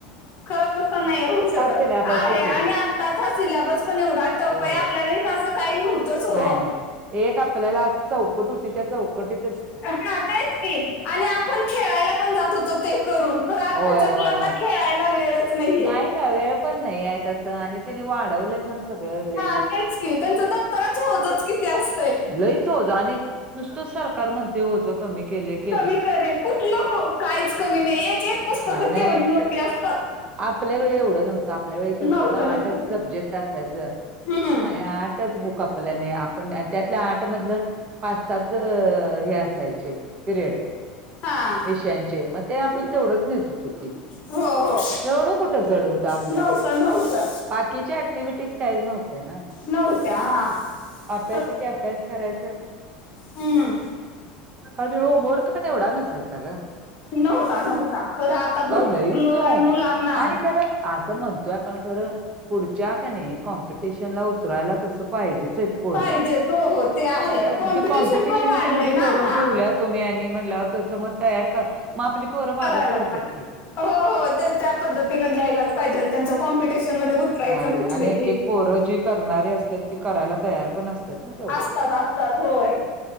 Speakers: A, on the left (about 45°); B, on the right (about 30°).
A: खर तसं नाही होऊ शकत
B: सिलॅबस
A: आहे
B: होतोय
A: आणि आताचा सिलॅबस पण एवढा टप
B: होय
A: आहे आपल्यावेळेस
B: ब
A: असं काही नव्हतंच ओ.
B: नाही नाही एक आपल्याला अशी चौकट होती त्या चौकटीत
A: हा तेच की आणि आपण खेळायला पण जात होतो ते करून. खरं आत्ताच्या
B: होय होय
A: मुलांना
B: होय
A: खेळायला वेळच नाहीये.
B: नाही वेळ पण नाही आहे तसं आणि त्यानी वाढवलेत पण सगळं लईच
A: हा तेच की त्यांचं दप्तराच ओझच किती असतंय.
B: लईच ओझं आणि नुसतंच सरकार म्हणतंय ओझ कमी केलंय केल
A: कमी करेल कुठलं काहीच कमी नाही, एक एक पुस्तकं
B: नाही नाही
A: केवढी मोठी असतात.
B: आपल्या वेळी एवढं नव्हतं, आपल्या वेळी कसं
A: नव्हतं
B: आठच
A: नव्हतं
B: सब्जेक्ट असायचं.
A: हम्म.
B: आणि आठच बूक अप आपल्याने आपण त्यातल्या आठ मधलं पाचच हे असायचे पिरियड
A: हा
B: विषयांचे म ते आपलं तेवढंच न्हेत होती की.
A: हो हो.
B: एवढं कुठं जड होतं आपलं?
A: नव्हतं नव्हतं
B: बाकीच्या ऍक्टिव्हटीज काहीच नव्हत्या ना.
A: नव्हत्या हा
B: अभ्यास
A: ख-
B: एके अभ्यास करायच.
A: हम्म.
B: आणि होमवर्क तो काय एवढा नसायचा गं.
A: नव्हता नव्हता. खरं आता भरपूर
B: लईच
A: लोड
B: हो.
A: आहे मुलांना.
B: आणि खरं असं म्हणतोय आपण खरं पुढच्या का नाही कॉम्पिटिशनला उतरायला तसं पाहिजेच पोर
A: पाहिजेच हो हो ते आहे कॉम्पिटिशन
B: ती कॉम्पिटिशनच
A: पण वाढलंय
B: एवढे
A: ना
B: करून
A: आता
B: ठेवल्या तुम्ही आणि म्हटलंयावर तसं म तयार कर मा आपली पोरं मागच
A: करायलाच
B: पाडत्यात
A: लागतं
B: की.
A: हो हो ते त्या पद्धतीनं घ्यायलाच पाहिजेल त्यांचं कॉम्पिटिशन मध्ये उतरायचं
B: नाही
A: म्हटलं
B: नाही आणि एक
A: की.
B: एक पोरं जी करणारी असते ती करायला तयार पण असत्यात.
A: असतात असतात होय